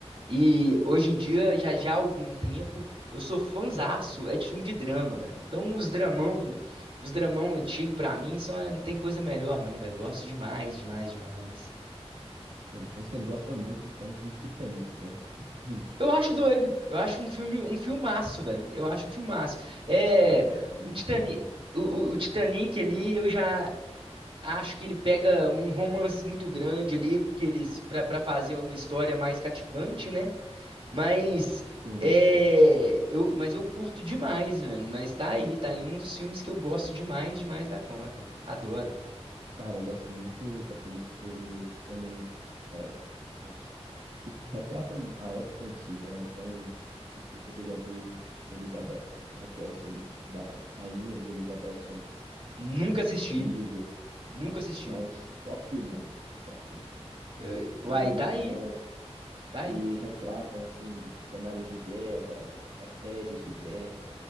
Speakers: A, on the right; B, on the right.
A: E hoje em dia, já já há algum tempo, eu sou fãzaço, é de filme de drama, velho. Então, os dramão, os dramão antigo pra mim, só é- não tem coisa melhor, não, velho. Gosto demais, demais, demais.
B: Então você gosta muito então de um Titanic, né? Hum,
A: Eu acho doido. Eu acho um filme, um filmaço, velho. Eu acho um filmaço. É,
B: É, é um
A: o Titanic,
B: filmaço.
A: o, o- o Titanic ali, eu já acho que ele pega um romance muito grande ali, porque eles para para fazer uma história mais cativante, né? Mas
B: Sim,
A: é,
B: sim.
A: eu, mas eu curto demais, mano. Mas tá aí, tá aí um dos filmes que eu gosto demais, demais da conta. Adoro.
B: Cara, eu gosto muito daqueles filmes também é, anti- que retratam a época antiga, né? Então, não sei se você já viu Elizabeth, né? Que é os filmes das rainhas Elizabeth antes
A: Nunca
B: das
A: assisti,
B: antigas.
A: nunca
B: Cara,
A: assisti.
B: são só filmão, só filmão.
A: Eu- Uai,
B: Filmes muito
A: tá aí,
B: bons
A: tá aí.
B: que retratam, assim, cenários de guerra, estratégias de guerra.